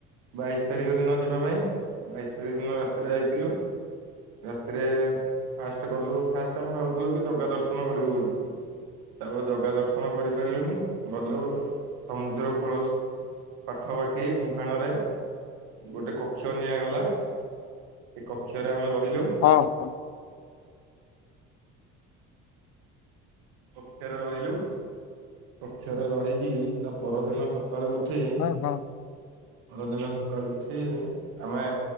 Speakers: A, on the right; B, on the left.
A: ବାଇଶ ତାରିଖ ଦିନ ଯିବା ପାଇଁ। ବାଇଶ ତାରିଖ ଦିନ ରାତିରେ ଯାଇଥିଲୁ। ରାତିରେ ଫାଷ୍ଟ ଗଲୁ ଫାଷ୍ଟ ଆମେ ଭାବୁଥିଲୁ କି ଜଗାଦର୍ଶ କରିବୁ ବୋଲି। ତାପରେ ଜଗା ଦର୍ଶନ କରିପାରିଲୁନି ଗଲୁ ସମୁଦ୍ର କୂଳ ପାଖପାଖି ମୁହାଣ ରେ ଗୋଟେ କକ୍ଷ ନିଆଗଲା ଏ କକ୍ଷରେ ଆମେ ରହିଲୁ।
B: ହଁ ହଁ।
A: କକ୍ଷରେ ରହିଲୁ କକ୍ଷରେ ରହିକି ତା ପରଦିନ ସ ସକାଳୁ ଉଠି
B: ହଁ ହଁ।
A: ପରଦିନ ସକାଳୁ ଉଠି ଆମେ